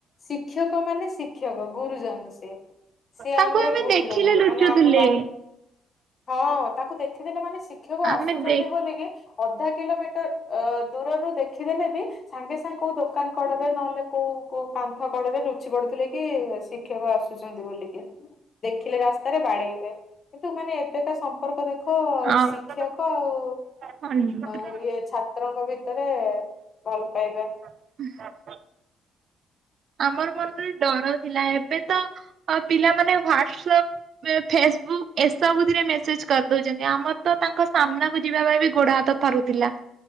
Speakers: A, on the left (about 45°); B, on the right (about 60°).
A: ଶିକ୍ଷକ ମାନେ ଶିକ୍ଷକ ଗୁରୁଜନ ସେ ସିଏ
B: ତାଙ୍କୁ
A: ଆମର
B: ଆମେ
A: ଗୁରୁଜନ
B: ଦେଖିଲେ ଲୁଚୁଥିଲେ
A: ମାନେ ଆମ ବାପ୍ ହଁ ତାଙ୍କୁ ଦେଖିଦେଲେ ମାନେ, ଶିକ୍ଷକ
B: ଆମେ
A: ଆସୁଛନ୍ତି
B: ଦେ
A: ବୋଲିକି ଅଧା କିଲୋମିଟର ଅଁ ଦୂରରୁ ଦେଖିଦେଲେ ବି। ସାଙ୍ଗେ ସାଙ୍ଗେ କୋଉ ଦୋକାନ କଡ଼ରେ ନହେଲେ କୋଉ କୋଉ କାନ୍ଥ କଡ଼ରେ ଲୁଚି ପଡୁଥିଲେ କି ଶିଖ୍ ଶିକ୍ଷକ ଆସୁଛନ୍ତି ବୋଲିକି ଦେଖିଲେ ରାସ୍ତାରେ ବାଡ଼େଇବେ। କିନ୍ତୁ ମାନେ, ଏବେକା ସମପ୍ ସମ୍ପର୍କ ଦେଖ
B: ଆଉ
A: ଶିକ୍ଷକ ଆଉ
B: ହଁ
A: ଅ ଇଏ ଛାତ୍ ଛାତ୍ରଙ୍କ ଭିତରେ ଭଲ ପାଇବା।
B: <inaudible> ଆମର ମନରେ ଡର ଥିଲା, ଏବେ ତ ଆଉ ପିଲାମାନେ ଫାଷ୍ଟଫଲକ୍। ଏବେ ଫେସବୁକ୍ ଏସବୁଥିରେ ମେସେଜ୍ କରିଦଉଚନ୍ତି। ଆମର ତ ତାଙ୍କ ସାମ୍ନାକୁ ଯିବା ପାଇଁ ଗୋଡ ହାତ ପାରୁଥିଲା।